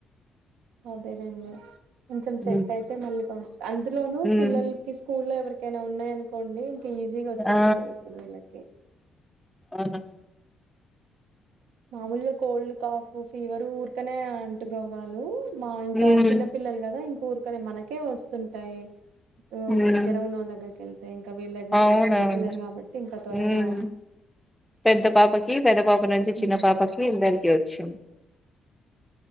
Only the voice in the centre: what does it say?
ఉమ్
ఉమ్
ఆ
అవును
ఉమ్
ఉమ్
అవునవును
ఉమ్ పెద్ద పాపకి పెద్ద పాప నుంచి
చిన్న పాపకి ఇద్దరికీ వచ్చింది